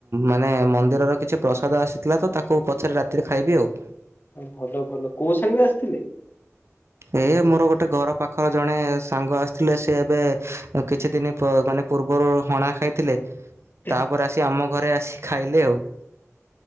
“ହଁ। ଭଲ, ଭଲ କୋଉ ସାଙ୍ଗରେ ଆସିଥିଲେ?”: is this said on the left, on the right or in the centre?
Left